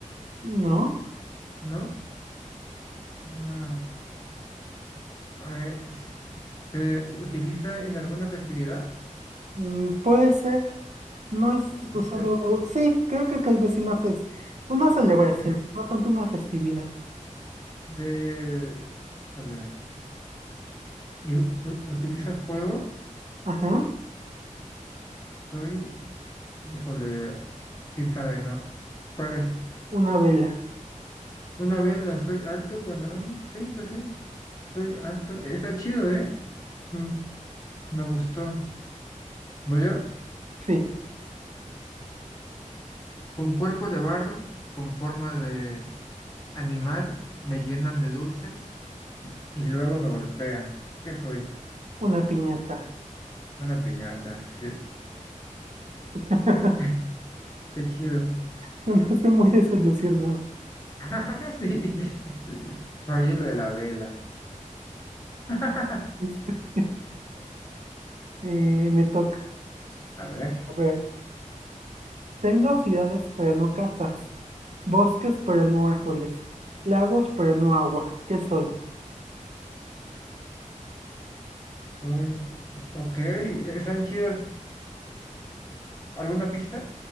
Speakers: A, on the right; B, on the left.
A: ¿No?
B: ¿No? Una, eh, ¿se utiliza en alguna festividad?
A: Mm, puede ser. No es usado.
B: De,
A: Sí, creo que tal vez una fes- una celebración,
B: de-
A: no tanto una festividad.
B: de- híjole. ¿Y u- u- utiliza fuego?
A: Ajá.
B: Soy, híjole, quién sabe, ¿no? ¿Cuál es?
A: Una vela.
B: Una vela, soy harto cuando... mm, Sí, pues sí, soy harto. Está chido, ¿eh? Mm, me gustó. Voy yo,
A: Sí,
B: con cuerpo de barro, con forma de animal, me llenan de dulces y, y luego me golpean. ¿Qué soy?
A: una piñata.
B: Una piñata, sí.
A: <laughs>
B: Qué, <laughs> qué chido.
A: Sonaste muy desilusionado.
B: <laughs> Sí, sí. Fallé lo de la vela. <laughs>
A: Este, eh, me toca.
B: A ver.
A: A ver, tengo ciudades, pero no casas. Bosques pero no árboles. Lagos pero no agua. ¿Qué soy?
B: Uy, ok, están chidas. ¿Alguna pista?